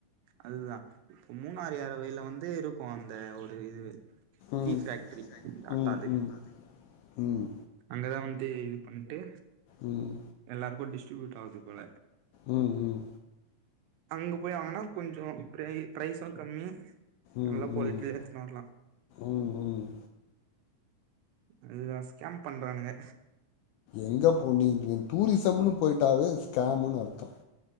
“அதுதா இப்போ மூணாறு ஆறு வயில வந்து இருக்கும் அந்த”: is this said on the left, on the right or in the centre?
Right